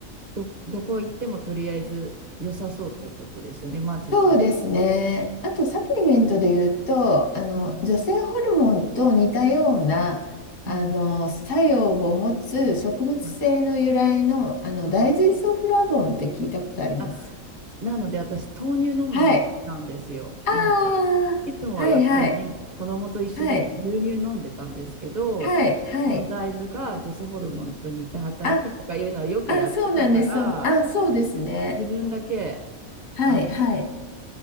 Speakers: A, on the right; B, on the left.
A: ど、どこ行ってもとりあえず良さそうってことですよね。まずはね。
B: そうですね。あとサプリメントで言うと、あの女性ホルモンと似たようなあの作用を持つ植物性の由来の、
A: はい。うん。はい。
B: あの大豆イソフラボンって聞いたことあります。
A: はい。あ、なので私、豆乳飲むようにしたんですよ。
B: はい。ああ、
A: なんか、いつもはやっぱりね、
B: はいはい
A: 子供と一緒で牛乳飲んでたんですけど、
B: はいはいはい。
A: その大豆が女性ホルモンと似た働きとかいうのをよくやってたから、
B: あ、あ、そうなんです。そう、あ、そうですね。
A: 自分だけ、
B: はいはい。
A: あの、